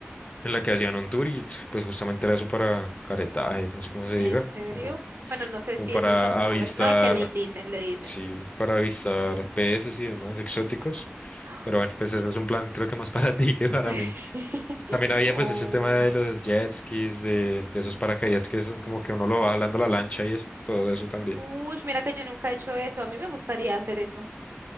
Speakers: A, on the left (about 30°); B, on the right (about 60°).
A: en la que hacían un tour y pues justamente era eso para caretaje, no sé cómo se
B: ¿en
A: diga,
B: serio?
A: como,
B: Bueno, no sé
A: como
B: si
A: para
B: eso es como
A: avistar,
B: snorkeling, dicen, le dicen.
A: sí, para avistar peces y demás exóticos.
B: <gasps>
A: Pero bueno, pues ese es un plan creo que más <laughs> para ti que para
B: <laughs>
A: mí. También había
B: Oh.
A: pues ese tema de los jet skis, de, de esos paracaídas que es como que uno lo va jalando la lancha y eso, todo eso también.
B: Uy, mira que yo nunca he hecho eso. A mí me gustaría hacer eso.